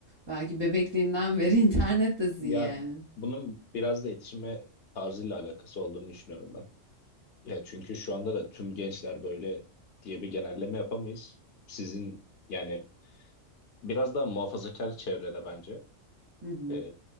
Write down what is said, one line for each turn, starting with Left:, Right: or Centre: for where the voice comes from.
Right: belki bebekliğinden beri <laughs> internettesin
Left: Ya
Right: yani.
Left: bunun biraz da yetişme tarzıyla alakası olduğunu düşünüyorum Ya çünkü şu anda da tüm gençler böyle diye bir genelleme yapamayız. Sizin yani biraz daha muhafazakar çevrede bence
Right: Hı hı.
Left: e,